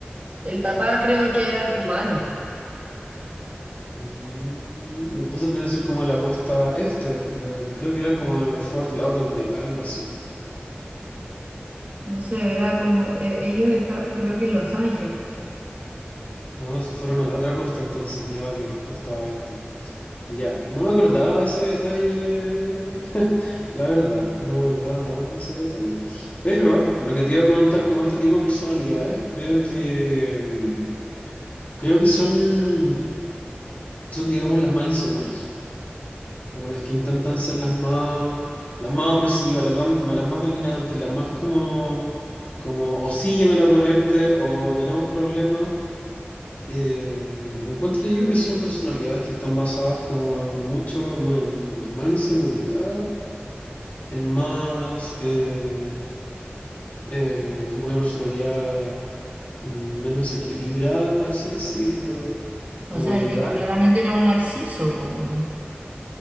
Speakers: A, on the right (about 40°); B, on the left (about 40°).
A: El papá creo que era cubano.
B: Mm, Entonces deben ser como de la costa este. de- de- creo que eran como de Fort Lauderdale, algo así.
A: No sé, era como, eh, ellos estaban, creo que en Los Ángeles.
B: Ah, se fueron a la otra costa entonces, ya que costa oeste. Ya, no me acordaba de ese detalle. <laughs> La verdad, no me acordaba nada de ese detalle. Pero lo que te iba a comentar como este tipo de personalidades, creo que mm, creo que son, son digamos las más inseguras. como las que intentan ser las más, las más opresivas, las, dam- las más dominantes, las más como, como o sígueme la corriente o tenemos problemas. Eh, encuentro yo que son personalidades que están basadas como en mucho, mu- en, en más inseguridad, en más eh, eh, como una personalidad menos equilibrada, por así decirlo. Como
A: O sea,
B: llegar,
A: el tipo claramente era un narciso, po. weón.